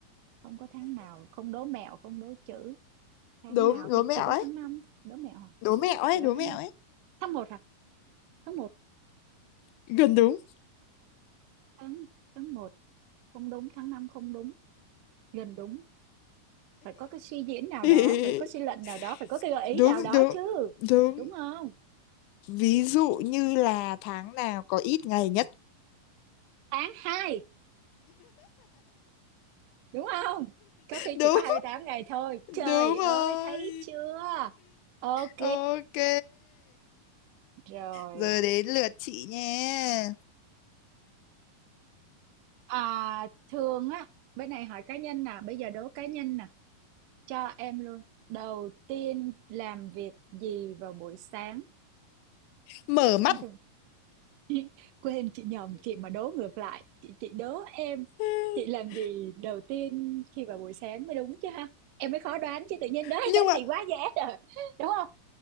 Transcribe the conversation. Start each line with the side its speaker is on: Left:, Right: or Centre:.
Right: Không có tháng nào không đố mẹo, không đố chữ Tháng
Left: đố
Right: nào
Left: đố
Right: thì
Left: mẹo
Right: chỉ có
Left: ấy
Right: tháng năm đố mẹo hả?
Left: đố mẹo ấy
Right: Chỉ
Left: đố
Right: có
Left: mẹo
Right: tháng
Left: ấy
Right: tháng một hả tháng một
Left: gần đúng
Right: tháng tháng một không đúng tháng 5 không đúng gần đúng phải có cái suy diễn nào
Left: <laughs>
Right: đó phải có suy luận nào đó phải có cái gợi ý
Left: đúng
Right: nào đó
Left: đúng
Right: chứ
Left: đúng
Right: đúng không
Left: ví dụ như là tháng nào có ít ngày nhất
Right: tháng hai đúng không có khi
Left: <laughs> đúng
Right: chỉ có 28 ngày thôi trời
Left: đúng
Right: ơi
Left: rồi
Right: thấy chưa ok
Left: <laughs> ok
Right: rồi
Left: giờ đến lượt chị nha
Right: à, thường á bên này hỏi cá nhân nè bây giờ đố cá nhân nè cho em luôn đầu tiên làm việc gì vào buổi sáng
Left: mở mắt
Right: em thường <laughs> quên chị nhầm chị mà đố ngược lại chị chị đố em
Left: <laughs>
Right: chị làm gì đầu tiên khi vào buổi sáng mới đúng chứ ha em mới khó đoán chứ tự nhiên đố
Left: nhưng
Right: <laughs> em
Left: mà
Right: thì quá dễ rồi đúng không